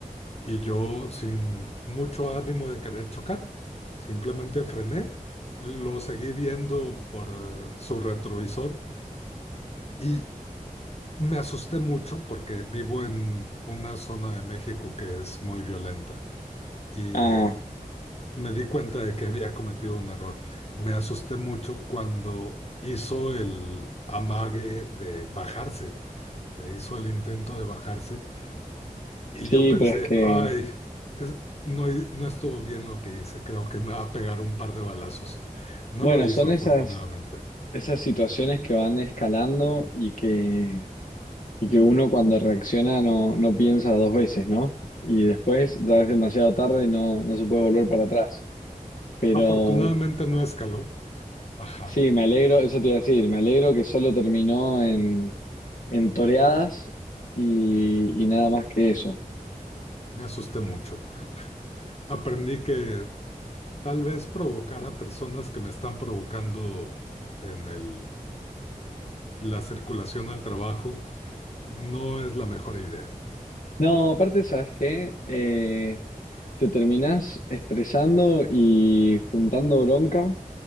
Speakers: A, on the left; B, on the left.
A: y yo sin mucho ánimo de querer chocar, simplemente frené, lo seguí viendo por eh, su retrovisor y me asusté mucho porque vivo en una zona de México que es muy violenta y
B: Ah,
A: me di cuenta de que había cometido un error. Me asusté mucho cuando hizo el amague de bajarse, eh, hizo el intento de bajarse Y
B: sí,
A: yo pensé,
B: pero es que,
A: ay, es- no, hi- no estuvo bien lo que hice, creo que me va a pegar un par de balazos. No
B: bueno,
A: lo hizo,
B: son
A: afortunadamente.
B: esas, esas situaciones que van escalando y que, y que uno cuando reacciona no, no piensa dos veces, ¿no? Y después ya es demasiado tarde y no, no se puede volver para atrás. Pero
A: Afortunadamente no escaló. Ajá,
B: Sí, me alegro, eso te iba a decir, me alegro que solo terminó en, en toreadas y, y nada más que eso.
A: me asusté mucho. Aprendí que tal vez provocar a personas que me están provocando en el, la circulación al trabajo no es la mejor idea.
B: No, aparte, ¿sabes qué? Eh, te terminás estresando y juntando bronca